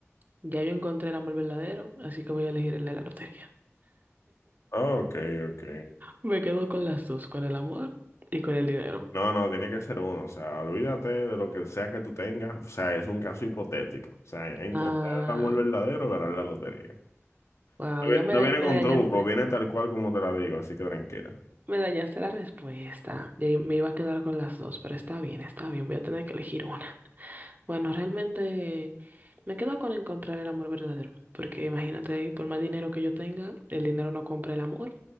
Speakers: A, on the right (about 40°); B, on the left (about 70°).
A: Ya yo encontré el amor verdadero, así que voy a elegir el de la lotería.
B: Ok, ok.
A: Me quedo con las dos, con el amor y con el dinero.
B: No, no, tiene que ser uno, o sea, olvídate de lo que sea que tú tengas, o sea, es un caso hipotético, o sea, encontrar
A: Ah,
B: el amor verdadero o ganar la lotería.
A: wow,
B: No
A: ya
B: vi-
A: me,
B: no
A: da-
B: viene con
A: me dañaste,
B: truco, viene tal cual como te la digo, así que tranquila.
A: me dañaste la respuesta. Y ahí me iba a quedar con las dos, pero está bien, está bien, voy a tener que elegir una. Bueno, realmente... Me quedo con encontrar el amor verdadero, porque imagínate, por más dinero que yo tenga, el dinero no compra el amor